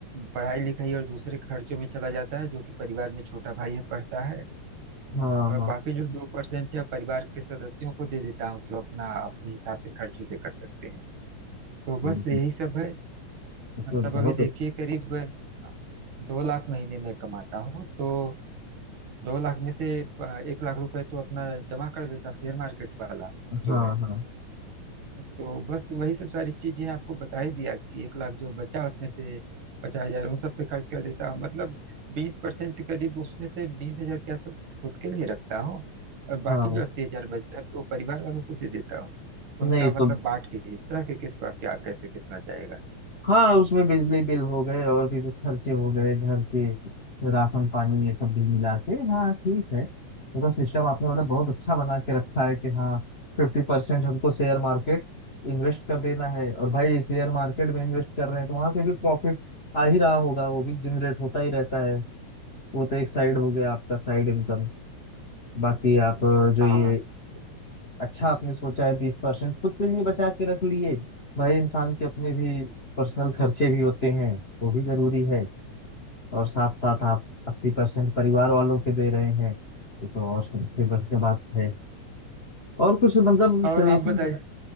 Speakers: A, on the right; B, on the left.
A: पढ़ाई लिखाई और दूसरे खर्चों में चला जाता है जो कि परिवार में छोटा भाई है पढ़ता है
B: हाँ
A: और
B: हाँ
A: बाकी जो दो परसेंट है परिवार के सदस्यों को दे देता हूँ कि वो अपना अपने हिसाब से खर्चों से कर सकते हैं तो बस
B: बिल्कुल।
A: यही सब है
B: ये तो
A: मतलब अभी
B: बहुत
A: देखिए करीब हाँ, दो लाख महीने में कमाता हूँ तो दो लाख में से अ, एक लाख रुपए तो अपना जमा कर लेता हूँ शेयर मार्केट वाला
B: अच्छा
A: जो
B: हाँ
A: है
B: हाँ
A: तो बस वही सब सारी चीजें आपको बता ही दिया कि एक लाख जो बचा उसमें से पचास हजार उन सब पे खर्च कर देता हूँ मतलब बीस परसेंट करीब उसमें से बीस हजार क्या सब खुद के लिए रखता हूँ और
B: हाँ
A: बाकी जो अस्सी हजार बचता है वो परिवार वालों को दे देता हूँ
B: नहीं
A: उनका मतलब
B: तो
A: बांट के हिस्सा कि किसका क्या कैसे कितना जाएगा
B: हाँ उसमें बिजली बिल हो गए और भी जो खर्चे हो गए घर के राशन पानी ये सब भी मिला के हाँ ठीक है ये तो सिस्टम आपने मतलब बहुत अच्छा बना के रखा है कि हाँ फिफ्टी परसेंट हमको शेयर मार्केट इन्वेस्ट कर देना है और भाई शेयर मार्केट में इन्वेस्ट कर रहे हैं तो वहां से भी प्रॉफिट आ ही रहा होगा वो भी जनरेट होता ही रहता है वो तो एक साइड हो गया आपका साइड इनकम बाकी आप जो
A: हाँ
B: ये
A: हाँ
B: अच्छा आपने सोचा है बीस परसेंट खुद के लिए बचा के रख लिए भाई इंसान के अपने भी पर्सनल खर्चे भी होते हैं वो भी जरूरी है और साथ साथ आप अस्सी परसेंट परिवार वालों के दे रहे हैं ये तो और सबसे बढ़िया बात है और कुछ मतलब
A: और
B: सजेशन
A: आप बताइए